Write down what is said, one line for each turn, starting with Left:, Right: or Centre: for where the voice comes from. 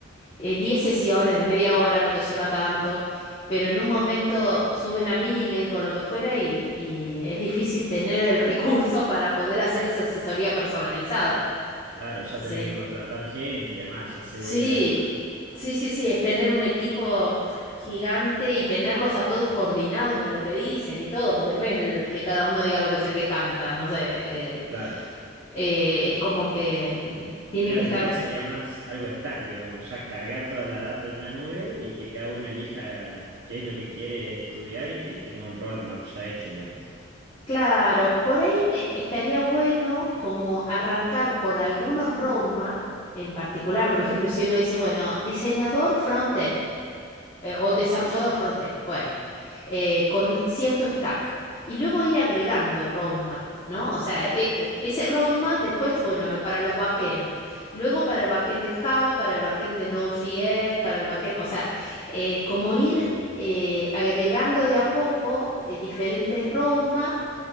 Left: eh, 10 sesiones de media hora, no te lleva tanto, pero en un momento suben a miles o lo que fuera y y es difícil tener el <laughs> recurso para poder hacer esa asesoría personalizada.
Right: Claro, ya
Left: Sí,
Right: tenés que contratar gente y demás, ya se
Left: sí,
Right: vuelve algo más.
Left: sí, sí, sí, es tener un equipo pff, gigante y tenerlos a todos coordinados en lo que dicen y todo, porque no es el que cada uno diga lo que se le canta, no sé, eh,
Right: Claro.
Left: eh, es como que mm, tienen
Right: Claro,
Left: que estar,
Right: tu idea sería más algo estático, digamos, ya cargar toda la data en una nube y que cada uno elija qué es lo que quiere estudiar y que tenga un roadmap ya hecho, digamos.
Left: claro, por ahí eh, estaría bueno como arrancar por algunos roadmap en particular, por ejemplo, si uno dice, bueno, diseñador frontend. eh, o desarrollador
Right: Sí.
Left: frontend, bueno, eh, con cierto stack. Y luego ir agregando roadmap, ¿no? O sea, e- e- ese roadmap después, bueno, eh, para los backend, luego para el backend de Java, para el backend de Node.js, para el backend, o sea, eh, como ir eh, agregando de a poco eh, diferentes roadmap